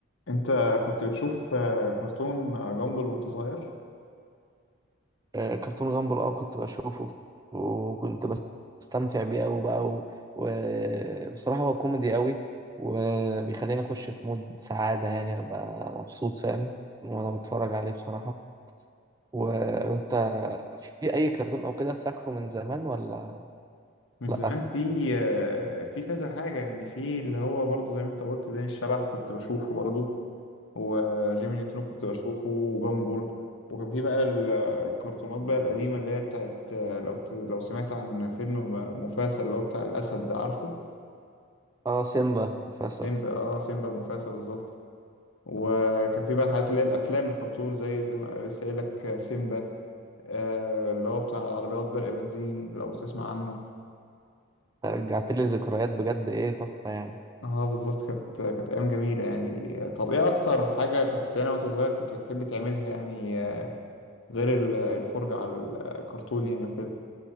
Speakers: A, on the left; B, on the right.
A: انت كنت بتشوف آه، كرتون آه، جامبل وانت صغير؟
B: آه، كرتون غامبل اه كنت بشوفه وكنت بس- بستمتع بيه قوي بقى وبصراحة هو كوميدي قوي وبيخليني اخش في مود سعادة يعني ابقى مبسوط فاهم وانا بتفرج عليه بصراحة وانت في اي كرتون او كده فاكره من زمان ولا
A: من
B: لا
A: زمان في آه، في كذا حاجة يعني في اللي هو برضه زي ما انت قلت داني الشبح كنت بشوفه برضه وجيمي نيوترون كنت بشوفه وبامبول وكان في بقى ال- الكرتونات بقى القديمة اللي هي بتاعت آه، لو ت- لو سمعت عن فيلم م- مفاسا اللي هو بتاع الأسد ده عارفه
B: اه سيمبا مفاسة
A: سيمبا اه سيمبا مفاسا بالظبط وكان في بقى الحاجات اللي هي الأفلام الكرتون زي زي ما لسه قايل لك آه، سيمبا آه اللي هو بتاع العربيات برق بنزين لو تسمع عنه
B: رجعت لي ذكريات بجد ايه تحفة يعني
A: اه بالظبط كانت كانت ايام جميله يعني طب ايه اكتر حاجه كنت بتعملها وانت صغير كنت بتحب تعملها يعني آه، غير ال- الفرجه على الكرتون يعني وكده